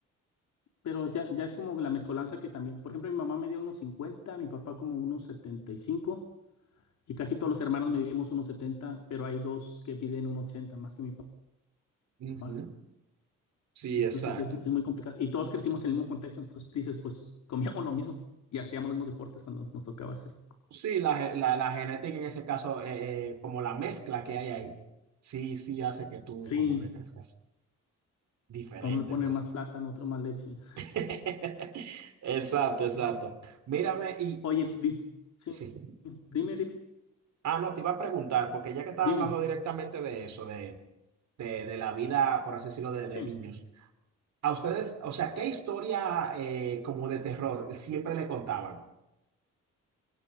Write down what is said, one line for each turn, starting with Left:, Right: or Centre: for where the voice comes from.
Left: Pero ya, ya es como la mezcolanza que también. Por ejemplo, mi mamá me dio unos 50, mi papá como unos setenta y cinco y casi todos los hermanos medimos unos 70, pero hay dos que piden un 80 más que mi
Right: Ujú.
Left: papá.
Right: Sí,
Left: Entonces
Right: exacto.
Left: es, es muy complicado. Y todos crecimos en el mismo contexto. Entonces dices, pues comíamos lo mismo y hacíamos los mismos deportes cuando nos tocaba hacer.
Right: Sí, la, ge- la, la genética en ese caso, eh, eh, como la mezcla que hay ahí, sí, sí hace que tú
Left: Sí,
Right: como que crezcas diferente,
Left: a uno le ponen
Right: por así
Left: más
Right: decirlo.
Left: plátano, otro más leche.
Right: <laughs> Exacto, exacto. Mírame y
Left: Oye, dis- sí,
Right: sí.
Left: dime, dime,
Right: Ah, no, te iba a preguntar, porque ya que estaban
Left: dime,
Right: hablando directamente de eso, de, de, de la vida, por así decirlo, de,
Left: sí.
Right: de niños, a ustedes, o sea, ¿qué historia eh, como de terror siempre le contaban?